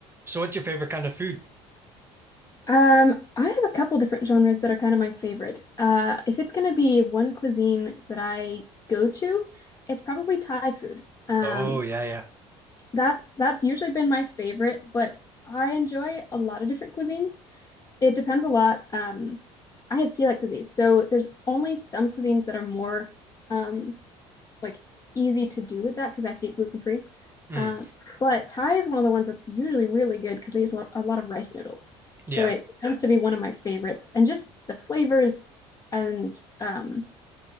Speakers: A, on the right; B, on the left.
A: So what's your favorite kind of food?
B: Um, I have a couple different genres that are kind of my favorite. Uh, if it's going to be one cuisine that I go to, it's probably Thai food. Um,
A: Oh yeah, yeah.
B: that's that's usually been my favorite, but I enjoy a lot of different cuisines. It depends a lot. Um, I have celiac disease, so there's only some cuisines that are more um, like easy to do with that because I have to eat gluten free.
A: Mm,
B: Um, but Thai is one of the ones that's usually really good because they use a lot, of rice noodles.
A: yeah.
B: So it, it tends to be one of my favorites, and just the flavors, and um,